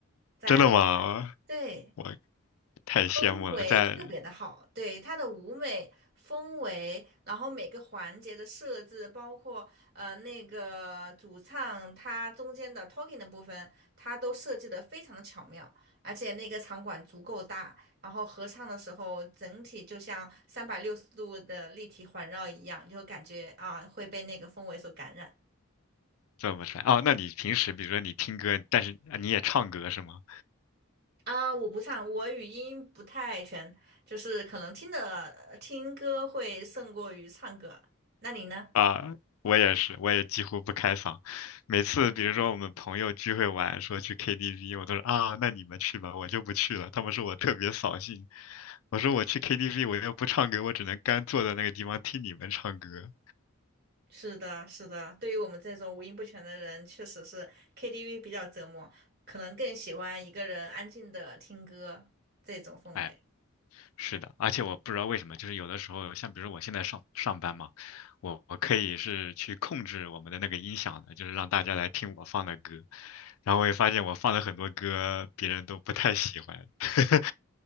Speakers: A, on the right; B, on the left.
A: 在
B: 真的吗？
A: 对。
B: 我太羡慕了，
A: 氛围特别的好，
B: 在
A: 对，它的舞美氛围，然后每个环节的设置，包括呃那个主唱他中间的 talking 的部分，它都设计的非常的巧妙，而且那个场馆足够大，然后合唱的时候整体就像三百六十度的立体环绕一样，就感觉啊会被那个氛围所感染。
B: 怎么帅？哦，那你平时比如说你听歌，但是啊你也唱歌是吗？
A: 啊，我不唱，我语音不太全，就是可能听的呃听歌会胜过于唱歌。那你呢？
B: 啊，我也是，我也几乎不开嗓。每次比如说我们朋友聚会玩，说去 KTV，我都是啊，那你们去吧，我就不去了。他们说我特别扫兴，我说我去 KTV 我又不唱歌，我只能干坐在那个地方听你们唱歌。
A: 是的，是的，对于我们这种五音不全的人，确实是 KTV 比较折磨，可能更喜欢一个人安静的听歌这种氛围。
B: 哎，是的，而且我不知道为什么，就是有的时候，像比如我现在上上班嘛，我我可以是去控制我们的那个音响的，就是让大家来听我放的歌，然后我也发现我放的很多歌别人都不太喜欢。<laughs>